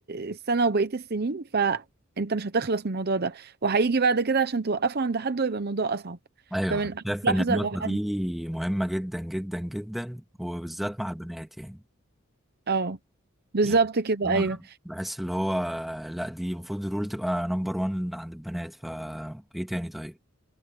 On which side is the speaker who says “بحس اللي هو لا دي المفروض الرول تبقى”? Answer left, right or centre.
Centre